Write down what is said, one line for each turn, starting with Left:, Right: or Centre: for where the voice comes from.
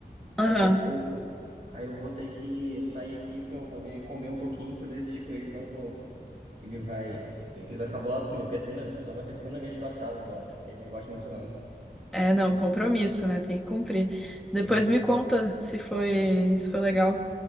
Centre: aham.
Right: daqui a pouco. Aí eu vou ter que sair aqui pra eu poder comer um pouquinho e poder assistir com ele, senão eu vou. Ele vai. Ele vai ficar bolado comigo, porque é a segunda vez. Senão vai ser a segunda vez que eu atraso já. Aí ele não gosta muito disso, não.
Centre: É, não, compromisso, né? Tem que cumprir. Depois
Right: Isso.
Centre: me conta se foi, se foi legal,